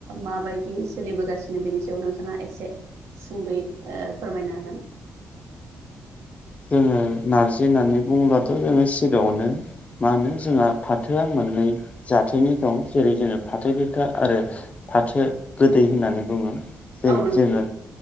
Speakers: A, on the right; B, on the left.
A: माबायदि सोलिबोगासिनो बेनि सायाव नोंथाङा एसे सुंद'यै ओ फोरमायना होगोन
B: जोङो नारजि होननानै बुङोबाथ' जोङो सिगाङावनो मा होनो जोंहा फाथोआ मोननै जाथोनि दं जेरै जोङो फाथो गोखा आरो फाथो गोदै होननानै बुङो जै
A: हागोन
B: जोङो